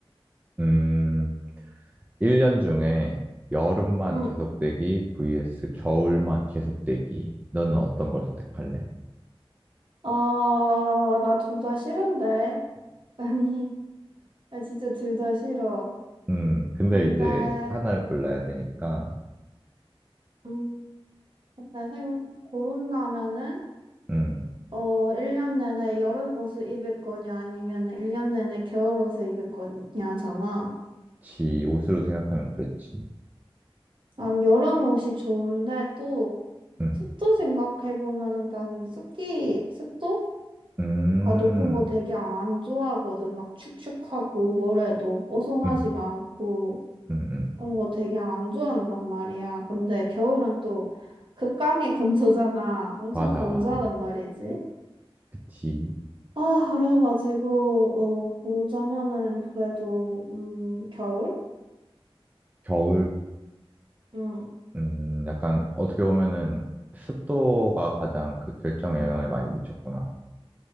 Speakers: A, on the right; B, on the right.
A: 음, 1년 중에 여름만
B: 응
A: 계속되기 vs 겨울만 계속되기. 너는 어떤 걸 선택할래?
B: 어, 나 둘 다 싫은데 <laughs> 아니 나 진짜 둘 다 싫어
A: 음, 근데
B: 근데
A: 이제 하나를 골라야 되니까,
B: 음 근데 생 고른다면은
A: 음,
B: 어, 1년 내내 여름 옷을 입을 거냐, 아니면 1년 내내 겨울 옷을 입을 거냐잖아.
A: 지 옷으로 생각하면 그렇지.
B: 난 여름 옷이 좋은데 또
A: 음,
B: 습도 생각해보면은 난 습기, 습도가
A: 음,
B: 높은 거 되게 안 좋아하거든. 막 축축하고 뭐래도 뽀송하지가
A: 음,
B: 않고
A: 음, 음.
B: 그런 거 되게 안 좋아한단 말이야. 근데 겨울은 또 극강의 건조잖아. 엄청
A: 맞아.
B: 건조하단 말이지.
A: 그치.
B: 아, 그래가지고, 어, 고르자면은 그래도, 음, 겨울?
A: 겨울,
B: 응.
A: 음, 약간 어떻게 보면은 습도가 가장 그 결정에 영향을 많이 미쳤구나.